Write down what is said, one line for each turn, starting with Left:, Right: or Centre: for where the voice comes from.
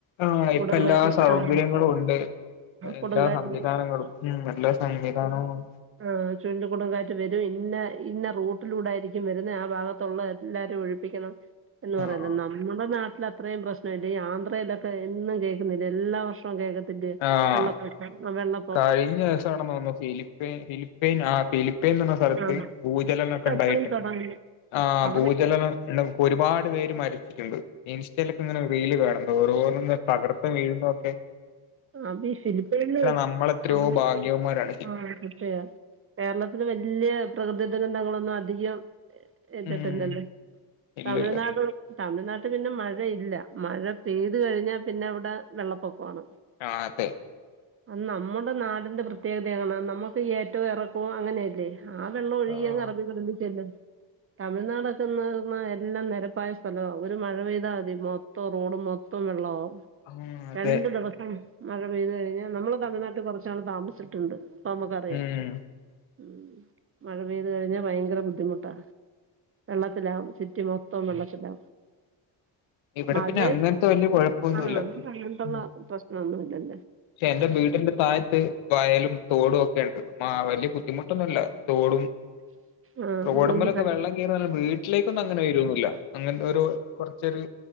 Left: ആ
Right: കൊടുങ്കാറ്റ്
Left: ഇപ്പ എല്ലാ സൗകര്യങ്ങളും
Right: ആ
Left: ഉണ്ട്. എല്ലാ
Right: കൊടുങ്കാറ്റ്
Left: സംവിധാനങ്ങളും ഉം എല്ലാ സംവിധാനവും
Right: ആഹ് ചുഴലി കൊടുംങ്കാറ്റ് വരും ഇല്ല ഇന്ന റൂട്ടിലൂടെ ആയിരിക്കും വരുന്ന ആ ഭാഗത്തുള്ള എല്ലാരും ഒഴിപ്പിക്കണം എന്ന് പറയല്ലോ
Left: ആഹ്
Right: നമ്മുടെ നാട്ടിൽ അത്രയും പ്രശ്ന ആന്ധ്രയിലൊക്കെ എന്നും കേൾക്കുന്നില്ലേ എല്ലാ വർഷവും കേൾക്കത്തില്ലെ
Left: ആഹ്
Right: വെള്ളപ്പൊക്കം വെള്ള
Left: കഴിഞ്ഞ ദിവസാണെന്ന് തോന്നുന്നു ഫിലിപ്പൻ ഫിലിപ്പൈൻ ആ ഫിലിപ്പൈൻ എന്ന് പറഞ്ഞ സ്ഥലത്ത്
Right: ആ
Left: ഭൂചലനമൊക്കെ ഉണ്ടായി
Right: <unintelligible>
Left: ആ
Right: അവിടെ
Left: ഭൂചലനം ഒരുപാട് പേര് മരിച്ചിട്ടുണ്ട് ഇൻസ്റ്റയിലൊക്കെ ഇങ്ങനെ റീല് കാണുന്നുണ്ട് ഓരോന്നിങ്ങനെ തകർത്ത് വീഴുന്നതൊക്കെ
Right: ആഹ് അതീ ഫിലിപ്പിയനില്
Left: നമ്മളെത്രയോ
Right: <unintelligible>
Left: ഭാഗ്യവന്മാരാണ്
Right: ആ തീർച്ചയായും കേരളത്തില് വല്ല്യെ പ്രകൃതി ദുരന്തങ്ങളൊന്നും അധികം ഏറ്റിട്ടില്ലല്ലോ
Left: ഉം ഇല്ലില്ല
Right: തമിഴ്നാട് തമിഴ്നാട്ടിൽ പിന്നെ മഴ ഇല്ല മഴ പെയ്ത് കഴിഞ്ഞാൽ പിന്നെ അവിടെ വെള്ളപ്പൊക്കവാണ്
Left: ആഹ് അതെ
Right: അത് നമ്മുടെ നാടിന്റെ പ്രത്യേകതയാണ് നമ്മുക്ക് ഏറ്റവും ഇറക്കവും അങ്ങനെയല്ലേ ആ വെള്ളം ഒഴുകിയങ്ങ്
Left: ആഹ്
Right: അറബികടലിൽ ചെല്ലും തമിഴ്നാടൊക്കെ എന്ന് പറഞ്ഞാൽ എല്ലാം നിരപ്പായ സ്ഥലമാ ഒരു മഴ പെയ്താൽ മതി മൊത്തം റോഡും മൊത്തം വെള്ളമാവും
Left: ആഹ് അതെ
Right: രണ്ട് ദിവസം മഴ പെയ്ത് കഴിഞ്ഞാ നമ്മള് തമിഴ്നാട്ടിൽ കൊറച്ച് നാള് താമസിച്ചിട്ടുണ്ട് അപ്പൊ നമുക്കറിയാം
Left: ഉം
Right: ഉം മഴ പെയ്ത് കഴിഞ്ഞാൽ ഭയങ്കര ബുദ്ധിമുട്ടാ വെള്ളത്തിലാവും സിറ്റി മൊത്തം വെള്ളത്തിലാവും
Left: ഇവിടെ
Right: മഴ
Left: പിന്നെ അങ്ങനത്തെ വലിയ കുഴപ്പൊന്നുമില്ല
Right: ആ നമുക്ക് അങ്ങനുള്ള
Left: ഉം
Right: പ്രശ്നവൊന്നും ഇല്ലല്ലോ
Left: പക്ഷെ എന്റെ വീടിന്റെ താഴത്ത് കായലും തോടും ഒക്കെയുണ്ട് ആ വല്ല്യ ബുദ്ധിമുട്ടൊന്നുമില്ല തോടും
Right: ആ
Left: റോഡുമേലൊക്കെ
Right: അതൊന്നും കളി
Left: വെള്ളം കേറിയാലും വീട്ടിലേക്കൊന്നും അങ്ങനെ വരുവൊന്നുമില്ല അങ്ങനത്തെ ഒരു കുറച്ചൊരു